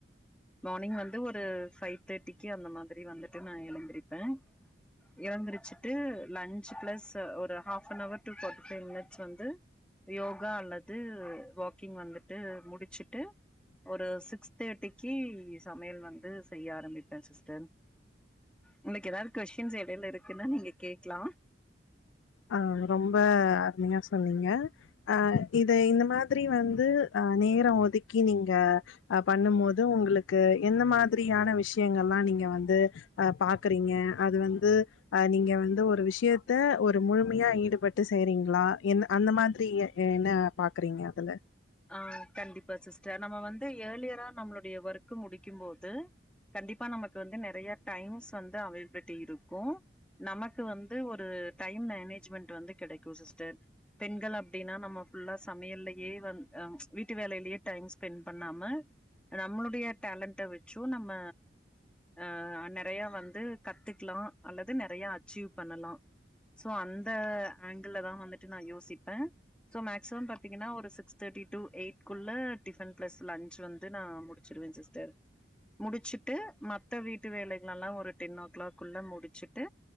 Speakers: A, in the centre; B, on the left.
A: மானிங் வந்து ஒரு ஃபைவ் தேர்ட்டி <unintelligible> திரி வந்துட்டு நா எழுந்திருப்பேன் எழுந்திரிச்சுட்டு லஞ்ச் பிளஸ் ஒரு half an hour to forty five minutes வந்து யோகா அல்லது வாக்கிங் வந்துட்டு முடிச்சுட்டு ஒரு சிக்ஸ் தேர்டி <unintelligible> சமையல் வந்து செய்ய ஆரம்பிப்பேன் சிஸ்டர் உங்களுக்கு எதாவது கொஸ்டீன்ஸ் எடைல இருக்குன்னா நீங்க கேக்கலா
B: ஆ ரொம்ப அருமையா சொன்னீங்க அ இது இந்த மாதிரி வந்து அ நேரோ ஒதுக்கி நீங்க அ பண்ணும் போது உங்களுக்கு என்ன மாதிரியான விஷயங்கள்லா நீங்க வந்து அ பாக்குறீங்க அது வந்து அ நீங்க வந்து ஒரு விஷ்யத்த ஒர் முழுமையா ஈடுபட்டு செய்றீங்களா என் அந்த மாதிரி என்ன பாக்குறீங்க அதுல
A: ஆ கண்டிப்பா சிஸ்டர் நம்ம வந்து ஏலியரா நம்மளுடைய ஒர்க்கு முடிக்கும் போது கண்டிப்பா நம்ம வந்து நெறைய டைம்ஸ் வந் அவேலபிட்டி இருக்கு நமக்கு வந்து ஒரு டைம் மேனேஜ்மெண்ட் வந்து கெடைக்கு சிஸ்டர் பெண்கள் அப்டின்னா நம ஃபுல்லா சமையல்லே வந் ஹ வீட்டு வேலைலயே டைம் ஸ்பெண்ட் பண்ணாம நம்மளுடைய டேலண்ட வச்சும் நம்ம ஆ நெறய வந்து கத்துக்கலா அல்லது நெறய அச்சீவ் பண்ணலா சோ அந்த ஆங்கிள் தா வந்துட்டு நா யோசிப்பேன் சோ மேக்சிமம் பாத்தீங்கன்னா ஒரு சிக்ஸ் தேட்டி டூ எயிட் குள்ள டிஃபன் பிளஸ் லஞ்ச் வந்து நா முடுச்சுருவ சிஸ்டர் முடுச்சுட்டு மத்த வீட்டு வேலைகள் எல்லா ஒரு டென் ஓ கிளாக் குள்ள முடுச்சுட்டு